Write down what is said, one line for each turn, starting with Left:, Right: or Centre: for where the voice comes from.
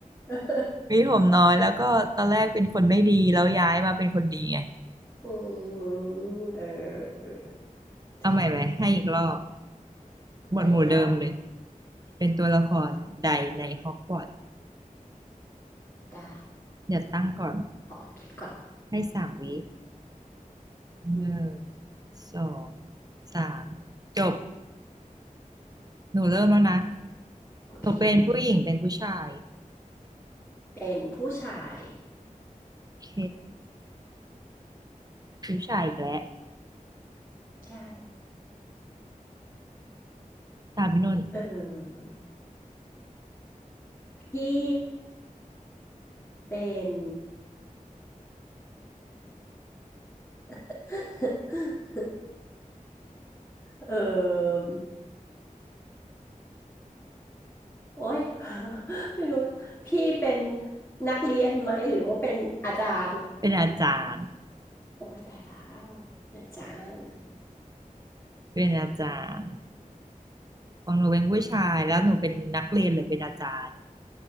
Left: <laughs>
Right: มีผมน้อยแล้วก็ตอนแรกเป็นคนไม่ดีแล้วย้ายมาเป็นคนดีไง
Left: อืมเออ
Right: เอาใหม่ไหมให้อีกรอบ
Left: ใช่
Right: หมวดหมู่เดิมเลย
Left: ได้อีกรอบ
Right: เป็นตัวละครใดในฮอกวอตส์
Left: ได้
Right: เดี๋ยวตั้งก่อน
Left: ขอคิดก่อน
Right: ให้สามวิ
Left: อืม
Right: หนึ่งสองสามจบหนูเริ่มแล้วนะ
Left: โอเค
Right: หนูเป็นผู้หญิงเป็นผู้ชาย
Left: เป็นผู้ชาย
Right: โอเคผู้ชายอีกแล้ว
Left: ใช่
Right: ตามพี่นุ่น
Left: เออ พี่เป็น <laughs> เออ โอ๊ย <laughs> ไม่รู้ พี่เป็นนักเรียนไหมหรือว่าเป็นอาจารย์
Right: เป็นอาจารย์
Left: โอ้ยตายแล้วอาจารย์
Right: เป็นอาจารย์ของหนูเป็นผู้ชายแล้วหนูเป็นนักเรียนหรือเป็นอาจารย์